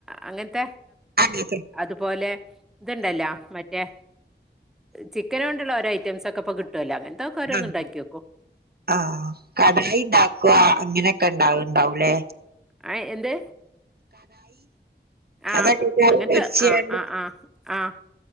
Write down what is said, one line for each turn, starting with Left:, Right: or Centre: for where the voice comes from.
Centre: അങ്ങനത്തെ
Right: അത്
Centre: അതുപോലെ ഇതുണ്ടല്ലോ മറ്റേ. ചിക്കൻ കൊണ്ടുള്ള ഓരോ ഐറ്റമ്സ് ഒക്കെപ്പൊ കിട്ടും ട്ടുലോ, അങ്ങനത്തെക്കെ ഓരോന്ന്
Right: ആഹ്
Centre: ഉണ്ടാക്കി നോക്കും.
Right: ആഹ് കടായി ഉണ്ടാക്കുക അങ്ങനെയൊക്കെ ഇണ്ടാവ്ണ്ടാവൂലേ.
Centre: ആ എന്ത്? ആഹ്,
Right: അതൊക്കെ കറി
Centre: അങ്ങനത്തെ
Right: പൊരിച്ചാണ്ട്
Centre: ആഹ്, ആഹ്, ആഹ്, ആഹ്